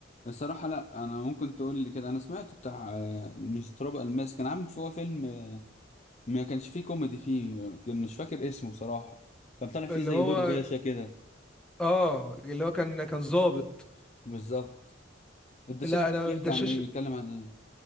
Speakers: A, on the left; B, in the centre.
A: الصراحة لا انا ممكن تقول لي كده انا سمعت بتاع آه، مش تراب الماس كان عامل فيه فيلم آه، ما كانش فيه كوميدي فيه كان مش فاكر اسمه صراحة كان طالع فيه
B: اللي
A: زي
B: هو
A: دور باشا كده
B: اه اللي هو كان كان ظابط
A: بالظبط الدشاش
B: لا
A: بقى
B: انا
A: بيحكي
B: الدشاش
A: عن ايه بيتكلم عن ايه